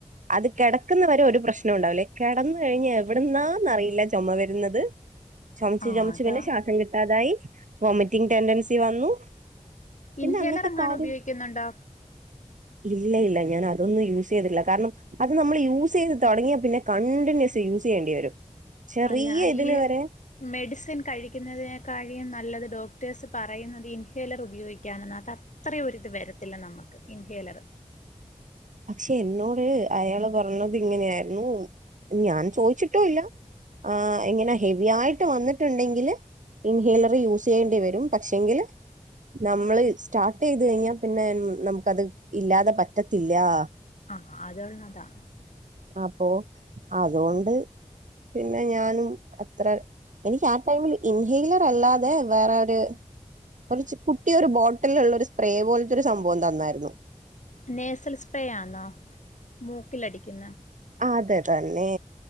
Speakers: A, on the right (about 85°); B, on the left (about 75°).
A: അത് കിടക്കുന്ന വരെ ഒരു പ്രശ് പ്രശ്നം ഒണ്ടാവില്ലേ കെടന്നു കഴിഞ്ഞാ എവിടുന്നാന്ന് അറിയില്ല ചൊമ വരുന്നത് ചൊമച്ചു
B: ആഹ്
A: ചൊമച്ചു
B: അതാ
A: പിന്നെ ശ്വാസം കിട്ടാതായി വൊമിറ്റിംഗ് ടെൻഡൻസി വന്നു പിന്നെ
B: ഇൻഹേലർ
A: അന്നത്തെ
B: എങ്ങാണം
A: കാര്യം
B: ഉപയോഗിക്കുന്നുണ്ടോ
A: ഇല്ല ഇല്ല ഞാൻ അതൊന്നും യൂസ് ചെയ്തില്ല കാരണം അത് നമ്മള് യൂസ് ചെയ്ത് തൊടങ്ങിയാ പിന്നെ കണ്ടിന്യൂസ്- യൂസ് ചെയ്യേണ്ടി വരും ചെറിയ
B: അല്ല
A: ഇതിന്
B: ഈ
A: വരെ
B: മെഡിസിൻ കഴിക്കുന്നതിനേക്കാഴിലും നല്ലത് ഡോക്ടേഴ്സ് പറയുന്നത് ഇൻഹേലർ ഉപയോഗിക്കാനെന്നാ അത് അത്രയും ഒരിത് വരത്തില്ല നമുക്ക് ഇൻഹേലർ
A: പക്ഷെ എന്നോട് അയാള് പറഞ്ഞത് ഇങ്ങനെയാരുന്നു. ഞാൻ ചോയിച്ചിട്ടും ഇല്ല. ആഹ് ഇങ്ങനെ ഹെവി ആയിട്ട് വന്നിട്ടുണ്ടെങ്കില്- ഇൻഹേലർ യൂസ് ചെയ്യേണ്ടി വരും പക്ഷേങ്കില് നമ്മളെ സ്റ്റാർട്ട് ചെയ്തു കഴിഞ്ഞാ പിന്നെ നമുക്കത് ഇല്ലാതെ പറ്റത്തില്ലാ
B: ആഹ് അതുള്ളതാ
A: അപ്പോ അതുകൊണ്ട് പിന്നെ ഞാൻ അത്രേ എനിക്ക് ആ ടൈമിൽ ഇൻഹെയിലർ അല്ലാതെ വേറെ ഒരു കുറച്ച് കുട്ടിയൊരു ബോട്ടിലിനുള്ള ഒരു സ്പ്രേ പോലത്തൊരു സംഭവം തന്നാരുന്നു
B: നേസൽ സ്പ്രേയാന്നോ മൂക്കിലടിക്കുന്ന
A: അത് തന്നേ